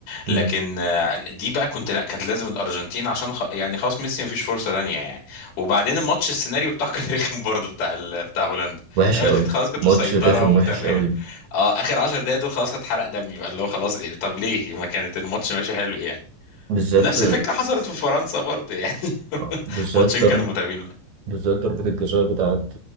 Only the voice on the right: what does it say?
امم
وحش
قوي
ماتش
رخم
وحش قوي
بالذات
آه،
بالذات
ضربة
بالذات ضربة الجزاء بتاعت